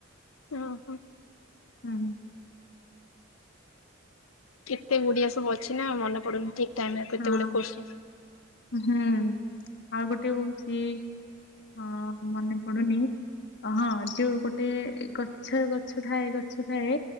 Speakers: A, on the left; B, on the left.
A: ଓହୋ
B: ହୁଁ
A: କେତେ ଗୁଡିଆ ସବୁ ଅଛିନା ମନେ ପଡୁନି ଠିକ ଟାଇମରେ କେତେ
B: ହଁ
A: ଗୁଡିଏ କୋର୍ସ
B: ହୁଁ ଆଉ ଗୋଟେ ହଉଛି ହଁ ମନେ ପଡୁନି ହଁ ଯୋଉ ଗୋଟେ ଗଛ ଗଛ ଥାଏ ଗଛ ଥାଏ